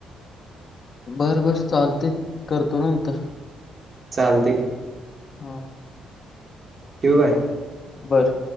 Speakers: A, on the left; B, on the right.
A: बर बर चालते करतो नंतर.
B: चालतेय.
A: हा.
B: ठव काय.
A: बर.